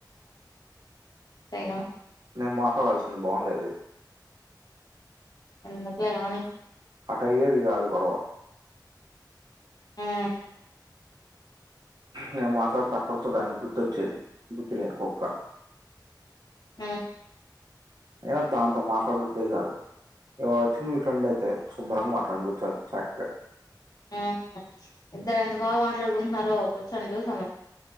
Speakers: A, on the left; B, on the right.
A: అంతే గా
B: నేను మాట్లాడాల్సింది బాగుం డేది
A: ఎందుకు లే గాని
B: అట్ట అయ్యేది కాదు గొడవ
A: ఉమ్
B: నేను మాట్లాడితే కొడత దానికి బుద్ధి వచ్చేది బుద్ధి లేని కుక్క
A: ఆ
B: అయినా దాంతో మాట్లాడబుద్దే కాదు ఇవాళ వచ్చిన మీ ఫ్రెండ్ అయితే శుభ్రంగా మాట్లాడాను కూర్చొని చక్కగా
A: ఉ ఇద్దరు ఎంత బాగా మాట్లాడుకుంటున్నారో కూర్చోని చూసాను